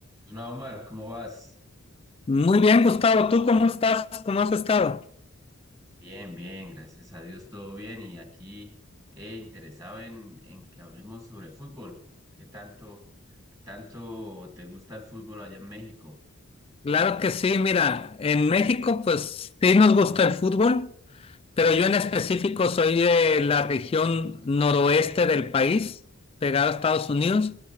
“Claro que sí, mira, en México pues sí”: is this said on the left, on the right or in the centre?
Left